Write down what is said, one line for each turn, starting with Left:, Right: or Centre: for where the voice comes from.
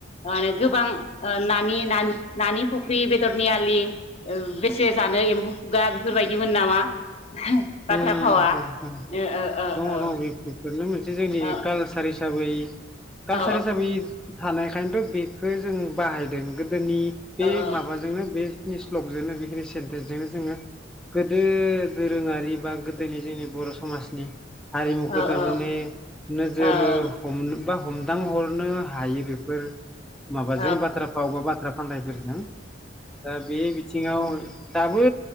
Left: माने गोबां ओ नानि नानि नानि फुख्रि बेदरनि आलि ओ बेसे जानो एम्बौ खुगा बेफोरबायदिमोन नामा
Centre: उम
Left: बाथ्रा
Centre: उम
Left: भावा
Centre: नोंथां
Left: ओ ओ
Centre: <unintelligible> जोंनि
Left: औ
Centre: कालसार हिसाबै कालसार
Left: औ
Centre: हिसाबै थानाय खायनोथ' बेखौ जों बाहायदों गोदोनि बे
Left: औ औ
Centre: माबाजोंनो बे फेस्लकजोंनो बेखिनि सेन्टेन्सजोंनो जोङो गोदो दोरोङारि बा गोदोनि जोंनि बर' समाजनि हारिमुखौ
Left: औ
Centre: थारमाने
Left: औ
Centre: नोजोर
Left: औ
Centre: हमनो बा हमदांहरनो हायो बेफोर माबाजों
Left: औ
Centre: बाथ्रा फाव बा बाथ्रा फान्दायफोरजों दा बे बिथिङाव दाबो